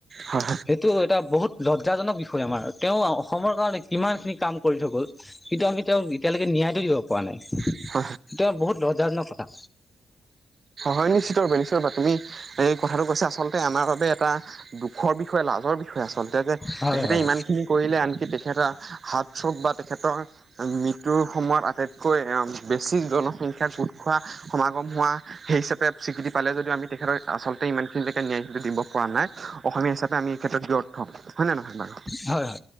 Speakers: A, on the right (about 50°); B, on the left (about 20°).
A: হয়
B: সেইটো এটা বহুত লজ্জাজনক বিষয় আমাৰ তেওঁ অসমৰ কাৰণে কিমানখিনি কাম কৰি থৈ গ'ল কিন্তু আমি তেওঁক এতিয়ালৈকে ন্যায়টো দিব পৰা নাই।
A: হয়
B: এতিয়া বহুত লজ্জাজনক কথা।
A: হয় নিশ্চিত ৰূপে নিশ্চিত ৰূপে তুমি এই কথাটো কৈছে আচলতে আমাৰ বাবে এটা দুখৰ বিষয়ে, লাজৰ বিষয়ে আচলতে যে
B: হয়
A: তেখেতে
B: হয়
A: ইমান খিনি কৰিলে আনকি তেখেতে হাৰ্থথ্ৰব বা তেখেতৰ মৃত্যুৰ সময়ত আটাইতকৈ বেছি জনসংখ্যা গোট খোৱা সমাগম হোৱা সেই হিচাপে স্বীকৃতি পালে যদি আমি তেখেতক আচলতে ইমান খিনিলৈকে ন্যায় দিব পৰা নাই অসমীয়া হিচাপে আমি এই ক্ষেত্ৰত ব্যৰ্থ হয় নে নহয় বাৰু
B: হয় হয় হয়